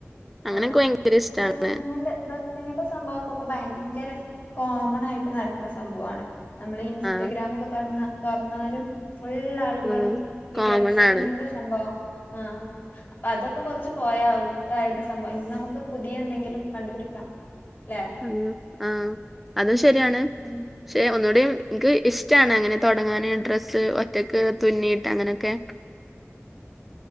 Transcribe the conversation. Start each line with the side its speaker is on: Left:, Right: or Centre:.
Centre: അങ്ങനെയൊക്കെ
Left: ആഹ്
Centre: ഭയങ്കര ഇഷ്ടാണ്
Left: ഈ ഡ്രസ്സങ്ങിൻ്റെ ഡ്രസ് പ്പ ഇങ്ങനത്തെ സംഭവൊക്കെ ഇപ്പൊ ഭയങ്കര കോമണായിട്ട് നടക്ക്ണ സംഭവാണ് നമ്മള് ഇൻസ്റ്റഗ്രാമെക്കെ
Centre: ആഹ്
Left: തൊടന്നാ തൊറന്നാലും ഫുള്ളാ ൾകളും
Centre: ഉം
Left: ഈ
Centre: കോമൺ
Left: ഡ്രസിങ്ങിൻ്റെ
Centre: ആണ്
Left: സംഭവാ ആഹ് അപ്പൊതൊക്കെ കൊറച്ച് പോയാ ഔട്ടായത് സംഭവം ഇന്ന് നമുക്ക് പുതിയ എന്തെങ്കിലും കണ്ടുപിടിക്കാം അല്ലേ
Centre: ആഹ് ആഹ് അതുശരിയാണ്
Left: ഉം.
Centre: പക്ഷെ ഒന്നുകൂടി എനിക്ക് ഇഷ്ടാണ് അങ്ങനെ തൊടങ്ങാന് ഡ്രസ്സ് ഒറ്റക്ക് തുന്നിയിട്ട് അങ്ങനെയൊക്കെ
Left: <inaudible>